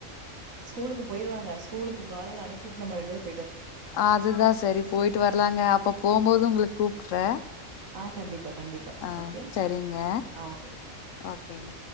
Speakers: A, on the right (about 80°); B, on the left (about 75°).
A: ஸ்கூலுக்கு போயிடுவாங்க ஸ்கூலு காலைல அனுப்பிட்டு நம்ம ரண்டு
B: அதுதா சரி போய்ட்டு வரலாங்க அப்ப போம்போது உங்களுக் கூப்ட்ற
A: ஆ கண்டிப்பா, கண்டிப்பா.
B: ஆ
A: ஓகே.
B: சரிங்க
A: ஆ ஓகே.
B: ஓகேங்க